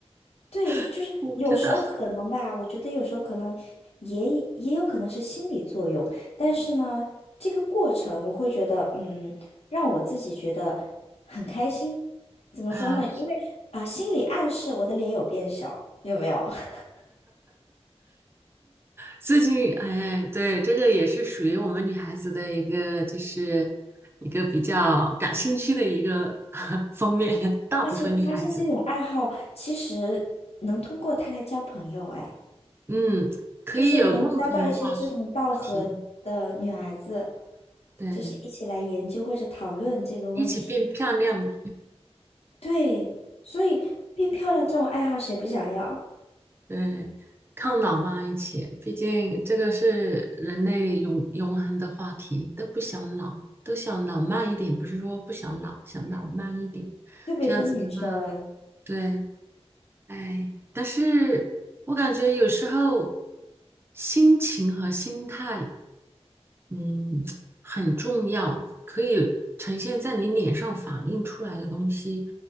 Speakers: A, on the left (about 65°); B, on the right (about 20°).
A: 对，就是有时候可能吧，
B: <laughs> 我不知道
A: 我觉得有时候可能也也有可能是心理作用，但是呢，这个过程我会觉得，嗯，让我自己觉得很开心。怎么说呢？
B: 啊。
A: 因为啊、心理暗示我的脸有变小，有没有？<laughs>
B: 最近，哎，对，这个也是属于我们女孩子的一个，就是一个比较感兴趣的一个 <laughs> 方面。大部分女孩子，
A: 而且我发现这种爱好其实能通过它来交朋友，哎，
B: 嗯，可以有共同话
A: 就是能交到一些志同道合的女孩子，
B: 话题，对，
A: 就是一起来研究或者讨论这个问题。
B: 一起变漂亮，
A: 对，所以变漂亮这种爱好谁不想要？
B: 对，抗老嘛，一起。毕竟这个是人类永永恒的话题，都不想老，都想老慢一点，不是说不想老，想老慢一点。
A: 特别是女生。
B: 这样子的话，对。哎，但是我感觉有时候心情和心态，嗯，很重要，可以呈现在你脸上反映出来的东西，